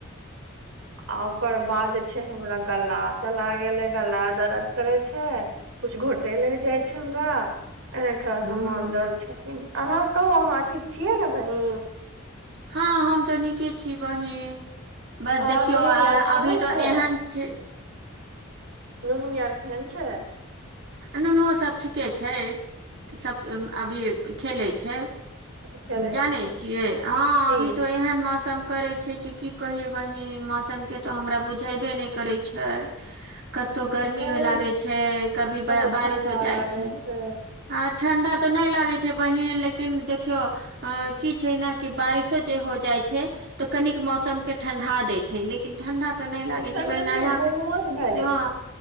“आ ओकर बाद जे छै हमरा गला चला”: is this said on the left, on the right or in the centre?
Right